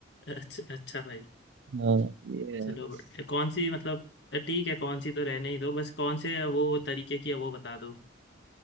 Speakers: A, on the left; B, on the right.
A: अच्छा अच्छा भाई
B: हाँ ये है
A: चलो
B: बस
A: बढ़िया। कौन सी मतलब ठीक है कौन सी तो रहने ही दो बस कौन से वो तरीके की है वो बता दो